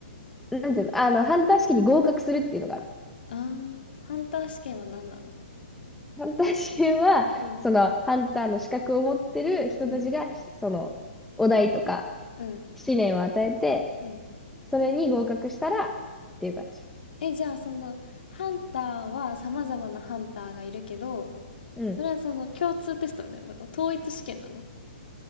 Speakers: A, in the centre; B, on the left.
A: なんていうの、あの、ハンター試験に合格するっていうのがある。
B: あーハンター試験は何なの
A: ハンター試験は、
B: うん、
A: その、ハンターの資格を持ってる人たちが、
B: うん、
A: その、お題とか、
B: うん、
A: 試練を与えて、
B: うん。
A: それに合格したら、っていう感じ。
B: え、じゃあその、ハンターは様々なハンターがいるけど、
A: うん。
B: それはその共通テストみたいなこと統一試験なの